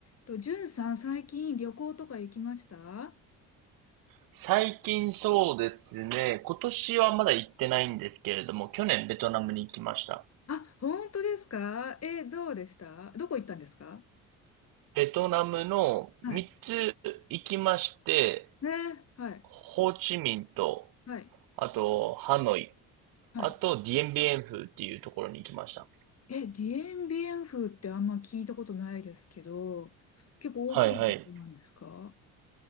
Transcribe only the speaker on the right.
最近そうですね、今年はまだ行ってないんですけれども、去年ベトナムに行きました。
ベトナムの3つ行きまして、
ホーチミンと、
あとハノイ、
あとディエンビエンフっていうところに行きました。
はいはい。